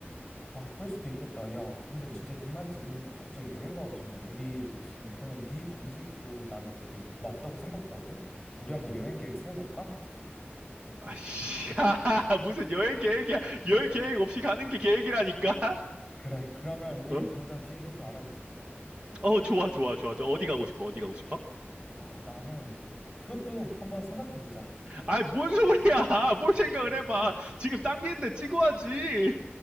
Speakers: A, in the centre; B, on the right.
A: 아, 그럴 수도 있겠다. 야, 근데 진짜
B: 음,
A: 네 말 들으니까 갑자기 여행 가고 싶네. 우리,
B: 음.
A: 그러면 네 방식도 나는 되게 맞다고 생각하거든? 우리 한번 여행 계획 세워볼까?
B: 아이씨, <laughs> 무슨 여행 계획이야. 여행 계획 없이 가는 게 계획이라니까?
A: 그래, 그러면 우리
B: 어?
A: 당장 비행기표 알아보자.
B: 어, 좋아, 좋아, 좋아. 저 어디 가고 싶어? 어디 가고 싶어?
A: 아, 나는 그것도 한번 생각해보자.
B: 아이, 뭔 소리야! <laughs> 뭘 생각을 해봐. 지금 당기는데 찍어야지.